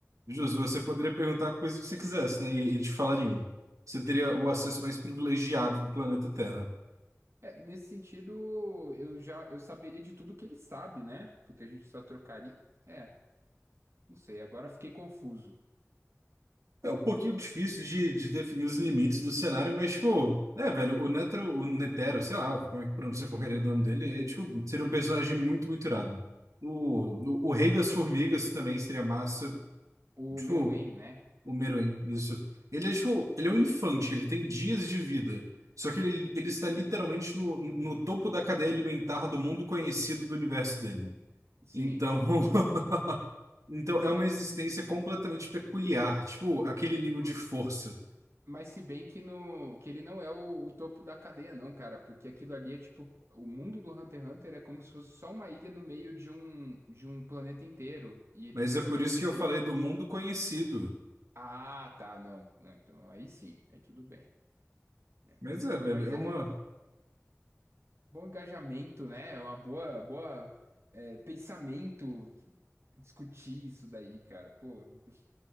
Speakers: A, on the right (about 80°); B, on the right (about 55°).
A: Jus, você poderia perguntar a coisa que você quisesse, né? E, e te falariam.
B: Sim.
A: Você teria o acesso mais privilegiado do planeta Terra.
B: É, nesse sentido, eu já eu saberia de tudo que ele sabe, né? Porque a gente só trocaria. É, não sei, agora fiquei confuso.
A: É um pouquinho difícil de, de definir os limites do cenário, mas, tipo, né, velho, o Netero, o Netero, sei lá, como é que pronuncia
B: Uhum.
A: a porcaria do nome dele, é, tipo, seria um personagem muito, muito irado. O, o, o Rei das Formigas também seria massa.
B: O
A: Tipo,
B: Meruem, né?
A: O Meruem, isso. Ele é tipo, ele é um infante, ele tem dias de vida. Só que ele, ele está literalmente no, no topo da cadeia alimentar do mundo conhecido do universo dele.
B: Sim,
A: Então,
B: sim.
A: <laughs> então
B: É.
A: é uma existência completamente peculiar, tipo aquele
B: é,
A: nível
B: ma-
A: de força.
B: mas se bem que, no, que ele não é o, o topo da cadeia, não, cara. Porque aquilo ali é tipo. O mundo do Hunter x Hunter é como se fosse só uma ilha no meio de um, de um planeta inteiro. E
A: Mas
B: tem muita
A: é por
B: coisa
A: isso que
B: que.
A: eu falei do mundo conhecido.
B: Ah, tá, não. Não, então aí sim, aí tudo bem. É.
A: Mas é,
B: Não,
A: velho,
B: mas
A: é
B: é.
A: uma,
B: Bom engajamento, né? É Uma boa, boa, é, pensamento discutir isso daí, cara. Pô, gost-